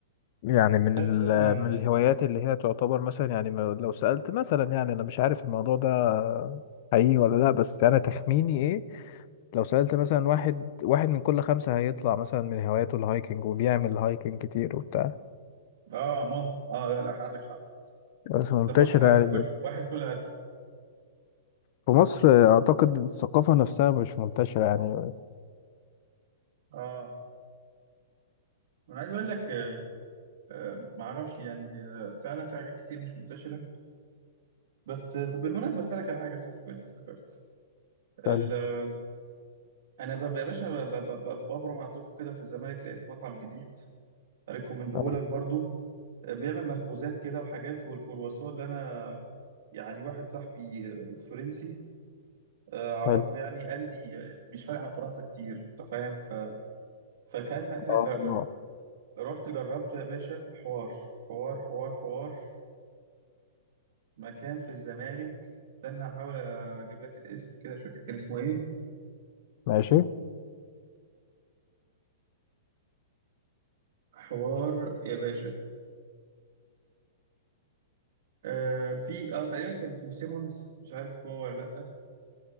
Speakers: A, on the left (about 40°); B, on the right (about 50°).
A: يعني من
B: لكن
A: ال...
B: اه
A: من الهوايات اللي هي تعتبر مثلا يعني ما- لو سألت مثلا يعني أنا مش عارف الموضوع ده حقيقي ولا لأ بس أنا تخميني إيه لو سألت مثلا واحد واحد من كل خمسة هيطلع مثلا من هواياته الهايكنج وبيعمل هايكنج كتير وبتاع
B: آه، ممكن اه لا لا عندك حق
A: بس منتشرة
B: في مصر لا
A: يعني
B: كل واحد كل ألف
A: في مصر أعتقد الثقافة نفسها مش منتشرة يعني
B: اه انا عايز اقول لك آه آه معرفش يعني آه فعلا في حاجات كتير مش منتشره بس آه طب بالمناسبه اسالك على حاجه صح كويس افتكرت ال-
A: حلو
B: آه، انا ب- يا باشا ب- ب- ب- ب- ببرم عندكم كده في الزمالك لقيت مطعم جديد ريكومندهولك
A: آه،
B: برضو بيعمل مخبوزات كده وحاجات والكرواسون اللي انا يعني واحد صاحبي آه، فرنسي آه، اعرفه
A: حلو
B: يعني قال لي مش فارق عن فرنسا كتير انت فاهم ف... فكان ك-
A: آه،
B: جر- رحت جربته يا باشا حوار حوار حوار حوار مكان في الزمالك استنى احاول اجيب لك الاسم كده مش فاكر كان اسمه ايه
A: ماشي
B: حوار يا باشا آه في اه تقريبا كان اسمه سيمونز مش عارف هو ولا لا